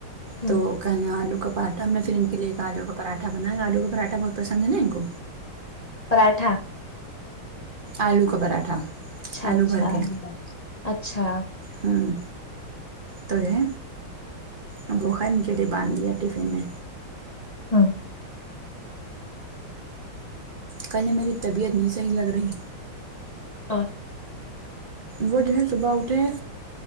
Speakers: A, on the left; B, on the right.
A: ہوں
B: تو کہنا آلو کا پراٹھا ہم نے پھر ان کے لیے ایک آلو کا پراٹھا بنایا آلو کا پراٹھا بہت پسند ہے نا ان کو
A: پراٹھا
B: آلو کا پراٹھا
A: اچھا اچھا
B: بھر کے
A: آلو کا اچھا
B: ہوں تو یہ ا بو خیر ان کے لیے باندھ دیا ٹفن میں
A: ہاں
B: کل یہ میری طبیعت نہیں صحیح لگ رہی
A: ہاں
B: وہ جو ہے صبح اٹھیں